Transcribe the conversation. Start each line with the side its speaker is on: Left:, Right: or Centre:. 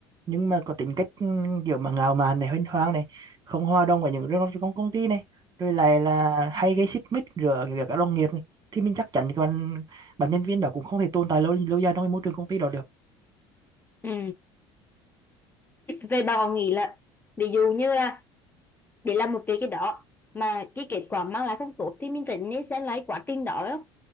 Right: nhưng mà có tính cách kiểu mà ngạo mạn này huênh hoang này không hòa đồng với những trong công công ty này rồi lại là hay gây xích mích giữa giữa các đồng nghiệp này. thì mình chắc chắn thì bạn bạn nhân viên đó cũng không thể tồn tại lâu lâu dài trong cái môi trường công ty đó được
Left: ừ Về bạn còn nghĩ là ví dụ như là để làm một cái cái đó mà cái kết quả mang lại không tốt thì mình phải nên xem lại quá trình đó